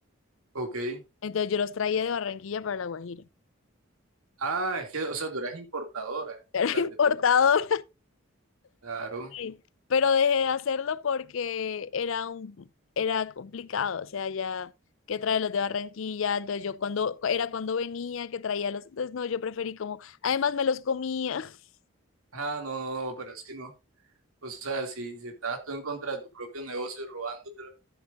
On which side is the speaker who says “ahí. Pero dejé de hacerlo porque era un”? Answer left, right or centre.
Left